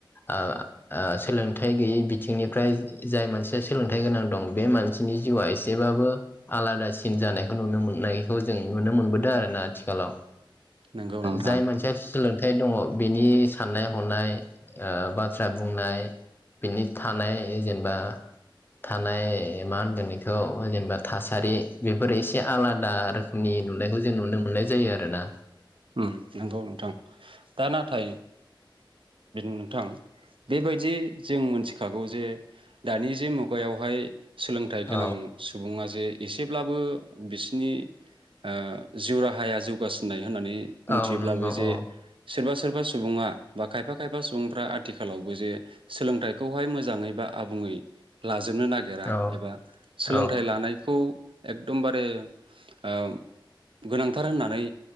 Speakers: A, on the left (about 25°); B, on the right (about 80°).
A: आ आ सोलोंथाइ गैयै बिथिंनिफ्राय जाय मानसिया सोलोंथाइ गोनां दं बे मानसिनि जिउआ एसेबाबो आलादासिन जानायखौ नुनो मोननाय बेखौ जों नुनो मोनबोदों आरो ना आथिखालाव
B: नंगौ नोंथां
A: जाय मोनानसिया सोलोंथाइ थाय दङ बिनि साननाय हनाय ओ बाथ्रा बुंनाय बिनि थानाय जेनेबा थानाय मा होनगोन बेखौ जेनेबा थासारि बेफोर एसे ए आलादा आरो नि नुनायखौ जों नुनो मोननाय जायो आरो ना
B: ओम नंगौ नोंथां दा नाथाय नोंथां बेबायदि जों मोनथिखागौ जे दानि जे मुगायावहाय सोलोंथाइ
A: औ
B: गोनां सुबुङा जे एसेब्लाबो बिसिनि ओ जिउ राहाया जौगासिननाय होननानै मिथियोब्लाबो
A: औ नंगौ
B: जे
A: औ
B: सोरबा सोरबा सुबुङा बा खायफा खायफा सुबुंफ्रा आथिखालावबो जे सोलोंथाइखौहाय मोजाङै बा आबुङै ला जोबनो नागिरा
A: औ
B: एबा सोलोंथाइ
A: औ
B: लानायखौ एकदमबारे ओ गोनांथार होननानै